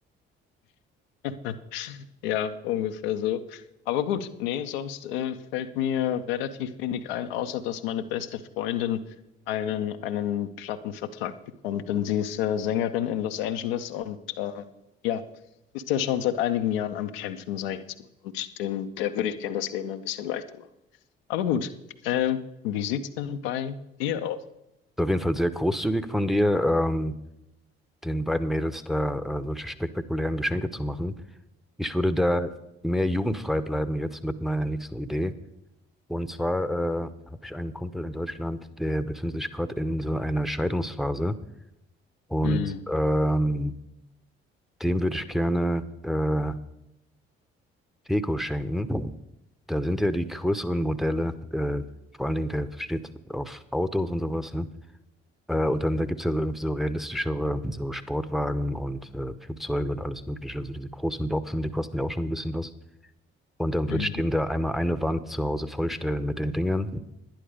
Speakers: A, on the left (about 80°); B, in the centre.
A: <laughs> ja, ungefähr so. Aber gut, nee, sonst äh, fällt mir relativ wenig ein, außer dass meine beste Freundin einen, einen Plattenvertrag bekommt, denn sie ist äh, Sängerin in Los Angeles und äh, ja, ist ja schon seit einigen Jahren am Kämpfen, sage ich jetzt mal. Und den, der würde ich gerne das Leben ein bisschen leichter machen. Aber gut, ähm, wie sieht's denn bei dir aus?
B: auf jeden Fall sehr großzügig von dir. Ähm, den beiden Mädels da äh, solche spektakulären Geschenke zu machen. Ich würde da mehr jugendfrei bleiben jetzt mit meiner nächsten Idee. Und zwar äh, habe ich einen Kumpel in Deutschland, der befindet sich gerade in so einer Scheidungsphase. Und
A: Hm.
B: ähm, dem würde ich gerne äh, Deko schenken. Da sind ja die größeren Modelle, äh, vor allen Dingen der steht auf Autos und sowas, ne? Äh, und dann da gibt's ja so irgendwie so realistischere, so Sportwagen und äh, Flugzeuge und alles Mögliche. Also diese großen Boxen, die kosten ja auch schon ein bisschen was. Und dann
A: Mhm.
B: würde ich dem da einmal eine Wand zu Hause vollstellen mit den Dingern.